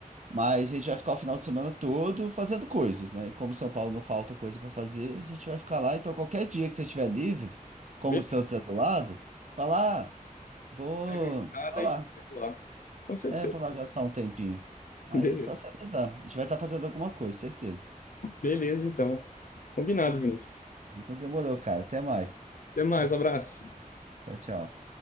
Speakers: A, on the right; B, on the left.
A: mas a gente vai ficar o final de semana todo fazendo coisas, né? E como São Paulo não falta coisa para fazer, a gente vai ficar lá. Então, qualquer dia que você estiver livre, como
B: Beleza,
A: o Santos é do lado, fala, ah, vou,
B: pega a estrada
A: vou lá.
B: e te lá. Com certeza.
A: É, vou lá gastar um tempinho. Aí
B: Beleza.
A: só se avisar, a gente vai estar fazendo alguma coisa, certeza.
B: Beleza, então. Combinado, Vinícius.
A: Então demorou, cara, até mais.
B: Até mais, abraço.
A: Tchau, tchau.